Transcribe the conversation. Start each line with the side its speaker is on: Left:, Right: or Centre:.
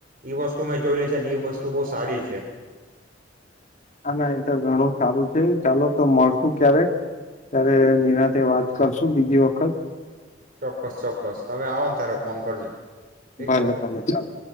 Right: એ વસ્તુ મેં જોય છે, એ વસ્તુ બો સારી છે.
Left: આના એ તો ઘણું સારું છે ચાલો તો મળશુ ક્યારેક, ત્યારે નિરાંતે વાત કરશું બીજી વખત.
Right: ચોક્કસ ચોક્કસ તમે આવો ને ત્યારે ફોન કરજો ઠીક
Left: ભલે
Right: છે
Left: ભલે ચાલો.